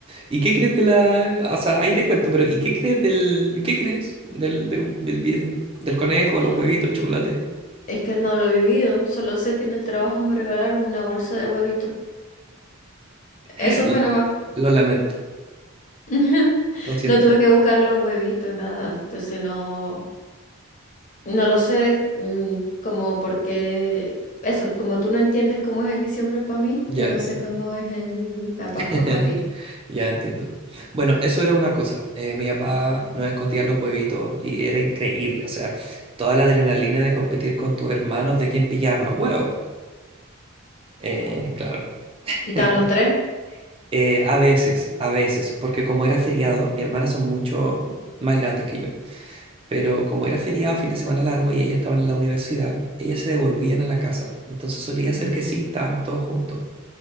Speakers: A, on the right; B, on the left.
A: ¿Y qué crees de la...? O sea, ahí te cuento, pero ¿y qué crees del... ¿Qué crees del, del, del, bien- del conejo, los
B: Eh,
A: huevitos, el chocolate?
B: Es que no lo he vivido, solo sé que en el trabajo me regalaron una bolsa de huevitos. Eso
A: L-
B: fue nomás.
A: Lo lamento,
B: <laughs>
A: lo siento.
B: No tuve que buscar los huevitos, nada. Entonces no, no lo sé, mm, como porque eso, como tú no entiendes cómo es el diciembre para mí,
A: Ya
B: yo no
A: entiendo.
B: sé cómo es el, la Pascua
A: <laughs>
B: para ti.
A: Ya entiendo. Bueno, eso era una cosa. Eh, mi papá nos escondía los huevitos y era increíble. O sea, toda la adrenalina de competir con tus hermanos de quién pillaba más huevo. Eh, claro.
B: ¿Y estaban
A: <laughs>
B: los tres?
A: Eh, a veces, a veces, porque como era feriado, mis hermanas son mucho más grandes que yo. Pero como era feriado, fin de semana largo y ellas estaban en la universidad, ellas se devolvían a la casa. Entonces solía ser
B: Mm,
A: que sí, estábamos todos juntos.